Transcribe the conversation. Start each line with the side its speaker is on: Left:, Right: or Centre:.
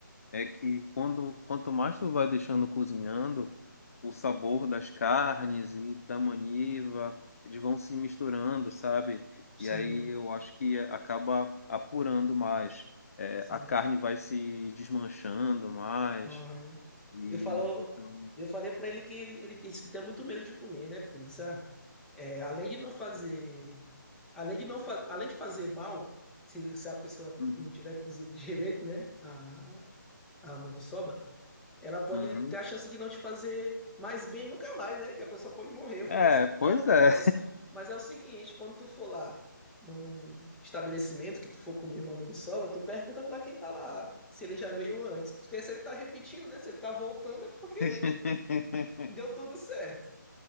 Left: é que quando, quanto mais tu vai deixando cozinhando, o sabor das carnes e da maniva, eles vão se misturando, sabe?
Centre: sim,
Left: E aí eu acho que acaba apurando mais. É,
Centre: sim.
Left: a carne vai se desmanchando mais.
Centre: Aham.
Left: E,
Centre: Eu falo,
Left: então,
Centre: eu falei pra ele que ele, ele disse que tem muito medo de comer, né? Porque ele disse, ah, é, além de não fazer, além de não fa- além de fazer mal, se, se a pessoa
Left: uhum,
Centre: não tiver cozido <laughs> direito, né? A, a maniçoba, ela pode
Left: uhum.
Centre: ter a chance de não te fazer mais bem nunca mais, né? Que a pessoa pode morrer. Eu falei
Left: É,
Centre: assim, não,
Left: pois
Centre: cara,
Left: é.
Centre: mas, mas é o seguinte, quando tu for lá num estabelecimento que tu for comer uma maniçoba, tu pergunta pra quem tá lá se ele já veio antes. Porque se ele tá repetindo, né? Se ele tá voltando é porque
Left: <laughs>
Centre: deu tudo certo.